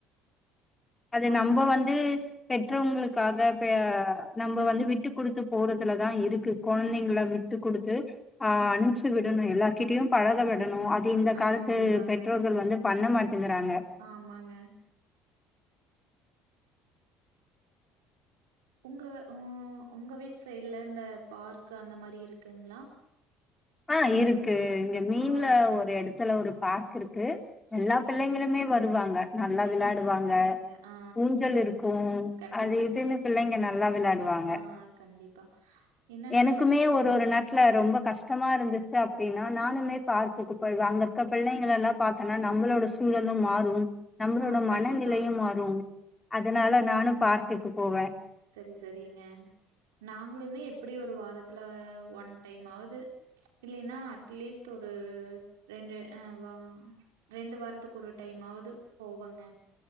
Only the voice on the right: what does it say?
அவுங்க
ஆ
கண்டிப்பாங்க
ம்
ஆமாங்க உங்க உ உங்க வீட்டு சைட்ல இந்த பார்க்கு அந்த மாரி இருக்குங்களா
பக்கத்துல
ஆ கண்டி
செரிங்க
செரிங்க
உள்ள ஆ
கண்டிப்பாங்க
ஆ கண்டிப்பா என்னன்னா
இப்
ம்
ஆ கண்டிப்பா
செரி செரிங்க நாங்களுமே எப்டியூ ஒரு வாரத்துல ஒன் டைம்மாவ்து இல்லின்னா அட்லீஸ்ட் ஒரு ரெண்டு இ வா ரெண்டு வாரத்துக்கு ஒரு டைம் ஆவுது போவோங்க